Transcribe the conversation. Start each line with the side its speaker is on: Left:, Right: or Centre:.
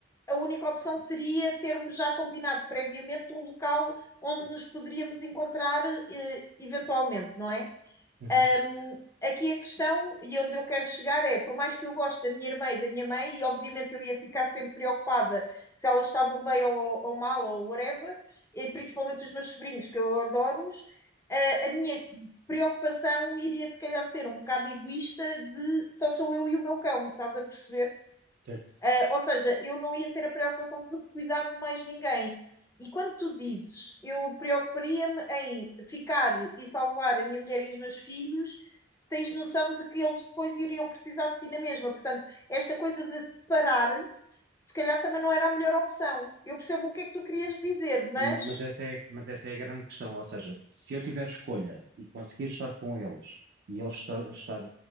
Left: a única opção seria termos já combinado previamente um local onde nos poderíamos encontrar, eh, eventualmente, não é?
Right: Uhum,
Left: Um, aqui a questão, e onde eu quero chegar, é: por mais que eu goste da minha irmã e da minha mãe, e obviamente eu ia ficar sempre preocupada se elas estavam bem ou, ou mal ou whatever, e principalmente os meus sobrinhos, que eu adoro-os, a, a minha preocupação iria se calhar ser um bocado egoísta de só sou eu e o meu cão, estás a perceber?
Right: certo.
Left: Eh, ou seja, eu não ia ter a preocupação de cuidar de mais ninguém. E quando tu dizes, eu preocuparia-me em ficar e salvar a minha mulher e os meus filhos, tens noção de que eles depois iriam precisar de ti na mesma. Portanto, esta coisa de separar, se calhar também não era a melhor opção. Eu percebo o que é que tu querias dizer, mas.
Right: M- Mas essa é, mas essa é a grande questão. Ou seja, se eu tiver escolha e conseguir estar com eles e eles estar, estar-